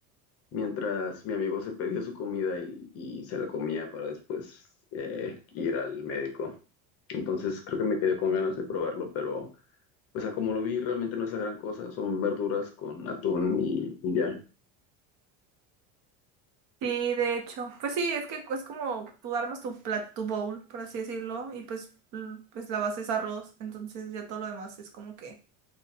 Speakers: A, on the left; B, on the right.
A: mientras mi amigo se pedía su comida y, y se la comía para después eh, ir al médico. Entonces creo que me quedé con ganas de probarlo, pero pues a como lo vi realmente no es la gran cosa, son verduras con atún y, y ya.
B: Sí, de hecho. Pues sí, es que es como tú armas tu plat, tu bowl, por así decirlo, y pues, l- pues la base es arroz, entonces ya todo lo demás es como que